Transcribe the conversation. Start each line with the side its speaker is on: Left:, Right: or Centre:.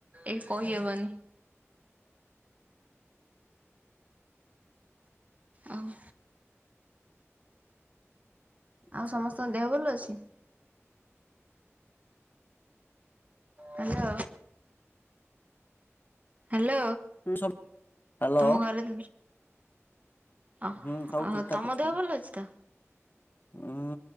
Right: ଏ କହିହବନି। ଆଉ ଆଉ
Left: ଆଚ୍ଛା
Right: ସମସ୍ତଙ୍କ ଦେହ ଭଲ ଅଛି। ହ୍ୟାଲୋ ହ୍ୟାଲୋ
Left: ସବୁ ହ୍ୟାଲୋ
Right: ତମ ଘରେ ଆ
Left: ହୁଁ ସବୁ
Right: ଓ
Left: ଠିକ ଠାକ
Right: ତମ
Left: ଅଛନ୍ତି।
Right: ଦେହ ଭଲ ଅଛି ତ।
Left: ହୁଁ